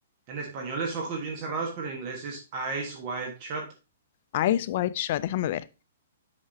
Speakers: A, on the right; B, on the left.
A: en español es ojos bien cerrados, pero en inglés es eyes wide shut?
B: Eyes Wide Shut, déjame ver.